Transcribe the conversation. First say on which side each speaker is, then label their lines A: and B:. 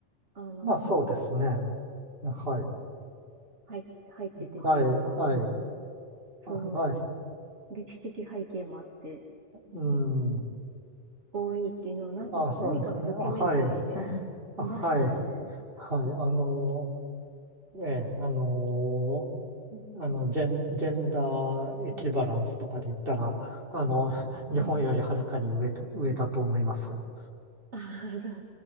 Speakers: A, on the right; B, on the right.
A: あの、
B: まあそうですね。はい。
A: 入、入っててというか、
B: はい。はい。
A: その、
B: あ、はい。
A: 歴史的背景もあって
B: うん。
A: 多いっていうのをなんかね、
B: あ、そうですね。
A: 何かのドキュメンタリーでいましたね。
B: あ、はい。あ、はい。はい。あのー、ええ、あのー、あの、ジェン、ジェンダーエキバランスとかで言ったら、あの、日本よりはるかに上だ、
A: はい。
B: 上だと思いますよ。
A: ああ、そう、